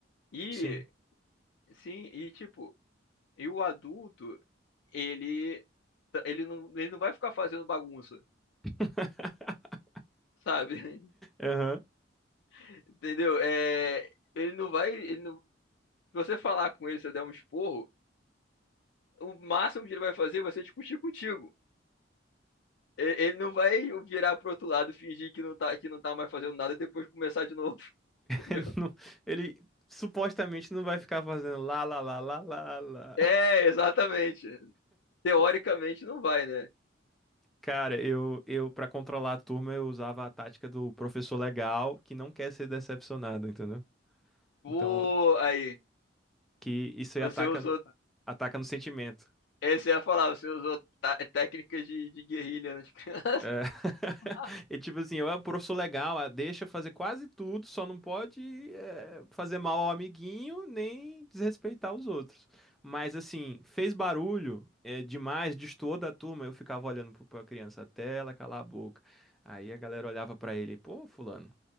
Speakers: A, on the left (about 70°); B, in the centre.
A: E
B: Sim.
A: sim, e tipo, e o adulto, ele ele não, ele não vai ficar fazendo bagunça,
B: <laughs>
A: sabe?
B: Aham.
A: <laughs> Entendeu? É, ele não vai, ele não, se você falar com ele, se você der um esporro, o máximo que ele vai fazer é você discutir contigo. E- Ele não vai virar pro outro lado, fingir que não tá, que não tá mais fazendo nada e depois começar de novo, <laughs> entendeu?
B: Ele não, ele supostamente não vai ficar fazendo lá, lá, lá, lá, lá, lá.
A: É, exatamente. Teoricamente não vai, né?
B: Cara, eu, eu para controlar a turma, eu usava a tática do professor legal que não quer ser decepcionado, entendeu?
A: Pô,
B: Então,
A: aí,
B: que isso aí
A: você
B: ataca,
A: usou
B: ataca no sentimento.
A: Esse ia falar, você usou tá- técnicas de, de guerrilha nas crianças.
B: É, <laughs>
A: <laughs>
B: E tipo assim, eu, é pô, professor legal, ah, deixa fazer quase tudo, só não pode eh, fazer mal ao amiguinho nem desrespeitar os outros. Mas assim, fez barulho eh, demais, destoou da turma, eu ficava olhando pro- pra criança até ela calar a boca. Aí a galera olhava pra ele, pô, fulano,